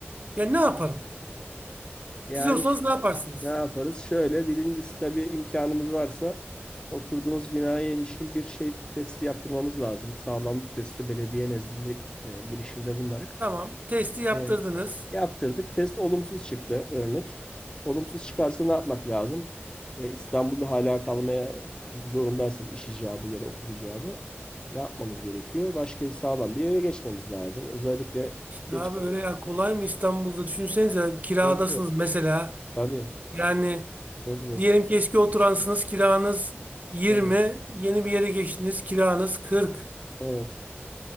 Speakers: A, on the right (about 40°); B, on the left (about 20°).
A: ya ne yaparım?
B: Yani
A: Siz olsanız ne yaparsınız?
B: ne yaparız? Şöyle birincisi tabii imkanımız varsa oturduğumuz binaya ilişkin bir şey testi yaptırmamız lazım. Sağlamlık testi belediye nezdinde e, girişimde bulunarak.
A: Tamam, testi yaptırdınız.
B: E, yaptırdık. Test olumsuz çıktı örnek. Olumsuz çıkarsa ne yapmak lazım? Ve İstanbul'da hala kalmaya zorundaysak iş icabı ya da okul icabı ne yapmamız gerekiyor? Başka bir sağlam bir eve geçmemiz lazım. Özellikle geçmeden
A: ya böyle ya kolay mı İstanbul'da? Düşünsenize kiradasınız
B: çok zor.
A: mesela.
B: Tabii
A: Yani
B: çok zor.
A: diyelim ki eski oturansınız kiranız yirmi
B: Evet.
A: yeni bir yere geçtiniz kiranız kırk
B: Evet.